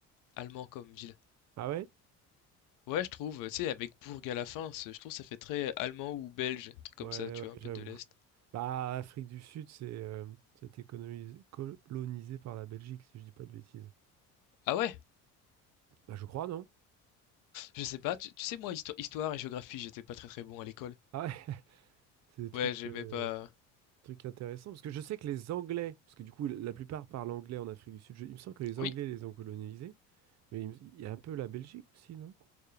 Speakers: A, on the left; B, on the right.
A: allemand comme ville.
B: Ah ouais?
A: Ouais, je trouve, heu, tu sais, avec bourg à la fin, c'est je trouve ça fait très allemand ou belge, un truc comme
B: Ouais,
A: ça, tu
B: ouais,
A: vois? Un peu
B: j'avoue.
A: de l'est.
B: Bah, Afrique du Sud, c'est euh, c'était colonisé, colonisé par la Belgique, si je dis pas de bêtises.
A: Ah ouais?
B: Bah, je crois, non?
A: Je sais pas, tu tu sais, moi, histo histoire et géographie, j'étais pas très, très bon à l'école.
B: Ah ouais, <laughs> c'est des trucs,
A: Ouais, j'aimais
B: euh,
A: pas
B: trucs intéressants. Parce que je sais que les Anglais, parce que du coup, la plupart parlent anglais en Afrique du Sud. Je- il me semble que les Anglais
A: oui,
B: les ont colonisés, mais il, me- il y a un peu la Belgique aussi, non?